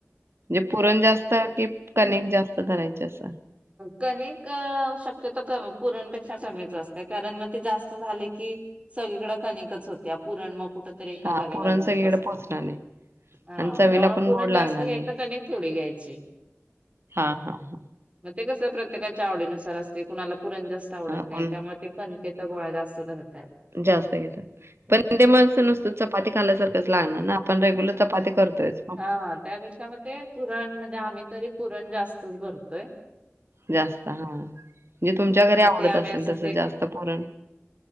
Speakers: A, on the right (about 60°); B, on the right (about 25°).
A: म्हणजे पुरण जास्त कि कणिक जास्त धरायचे असा?
B: कणिक शक्यतो कमी पुरणपेक्षा कमीच असतेय कारण म ते जास्त झाले की सगंनक आणि ऐकच होतया पुरण मग कुठ तरी एका
A: हां
B: जागेला
A: पुरण
B: जाऊन
A: सगळीकडे
B: बसने.
A: पोहोचणार नाही
B: हा
A: आणि चवीला
B: त्यामुळे
A: पण
B: पुरण
A: गोड लागणार
B: जास्त घ्यायच
A: नाही.
B: कणिक थोडी घ्यायची.
A: हा हा हा.
B: मग ते कसं प्रत्येकाच्या आवडीनुसार असते, कुणाला पुरण जाास्त आवडत
A: हां
B: नाही
A: पण
B: त्यामुळे ते कणकेचा गोळा जास्त धरतात.
A: जास्त घेतात. पण ते मस् नुसत चपाती खायल्यासारखंच, लागणार ना आपण रेग्युलर चपाती करतोय! तर
B: हा हा त्यापेक्षा म ते पुरण म्हणजे आम्ही तरी पुरण जास्तच भरतोय.
A: जास्त हा! जे तुमच्या घरी
B: मग
A: आवडत
B: ते आम्ही
A: असेल
B: असं
A: तसं जास्त पुरण!